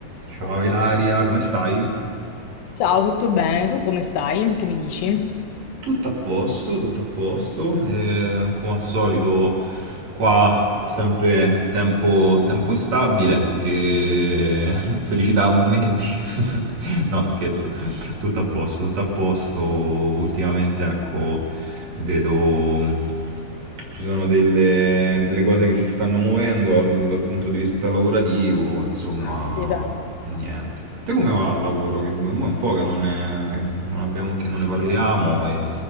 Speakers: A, on the right; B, on the left.
A: Ciao Ilaria, come stai?
B: Ciao, tutto bene? Tu come stai? Che mi dici?
A: Tutto a posto, tutto a posto, eh, come al solito qua sempre tempo, tempo instabile e <laughs> felicità a momenti. <laughs> No, scherzo, tutto a posto, tutto a posto. Ultimamente, ecco, vedo ci sono delle, delle cose che si stanno muovendo al- dal punto di vista lavorativo, insomma,
B: Ah, sì, bene. meno
A: e niente.
B: male.
A: Te come va al lavoro? Che mo è un po' che non, ne- non abbiamo, che non ne parliamo e